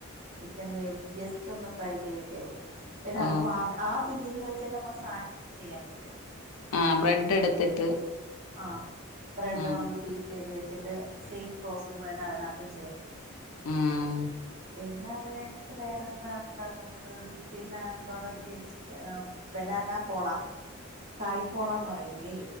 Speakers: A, on the right; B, on the left.
A: ചിക്കൻ വേവിച്ച് ജസ്റ്റ് ഒന്ന് ഫ്രൈ ചെയ്യത്തേ ഒള്ളൂ പിന്നെ
B: ഓ
A: അതു അത് ആ ഫില്ലിംഗ് വെച്ചന്നെ നമുക്ക് സാൻവിച്ചും ചെയ്യാൻ പറ്റും
B: ആഹ് ബ്രെഡ് എടുത്തിട്ട്
A: ആഹ് ബ്രെഡ്
B: ആഹ്
A: ഒന്ന് പീസ് ചെയ്ത് വെച്ചിട്ട് ട്ട് സെയിം പ്രോസസ് തന്നെ അതിനകത്തും ചെയ്യാ
B: ഉം
A: പിന്നെ അത് കഴിഞ്ഞിട്ട് വേറെ എന്താണ് ഉണ്ടാക്കുന്നത് പിന്നെ എന്താണ് <unintelligible> എഹ് ബെനാന പോള കായ് പോളന്ന് പറയൂല്ലേ.